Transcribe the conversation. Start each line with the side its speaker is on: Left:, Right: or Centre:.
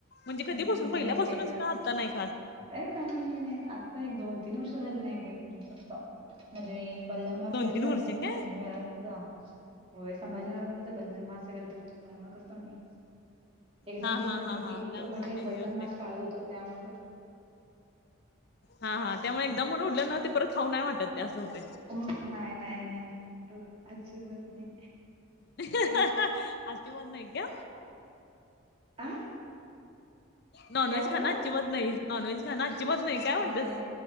Left: म्हणजे कधीपासून
Right: मी
Left: पहिल्यापासूनच
Right: नाही काही जास्त.
Left: का आत्ता नाही खात?
Right: अ नाही नाही नाही आत्ता एक दोन तीन वर्ष झाले नाही काही त मी फक्त म्हणजे मी बला.
Left: दोन
Right: वगैरे
Left: तीन
Right: जातते
Left: वर्षे
Right: ना
Left: काय?
Right: <unintelligible> होय संभाजीहाराजांच बलिदान मास वैगर धरतो त्यामुळे कंस नाही. एकदा
Left: हा
Right: नाही
Left: हा
Right: तर
Left: हा
Right: नाही त
Left: हा त्यामुळे
Right: म्हणजे
Left: ते
Right: बलिदान
Left: हे होते.
Right: मास पाळत होतो त्यामुळं.
Left: हा हा, त्यामुळे एकदा मणून उडलं ना ते परत खाऊ नाही वाटत ते असं होत.
Right: हो नाही नाही नाही नाही हो आजची बात नाही.
Left: हा
Right: तेच
Left: हा हा अजिबात नाही ठेव.
Right: आ
Left: नॉन
Right: काय
Left: व्हेज खाण
Right: झालं
Left: आज्चीबात नाही. नॉनव्हेज खाना अजीबात नाही. काय म्हणतेस?
Right: नाही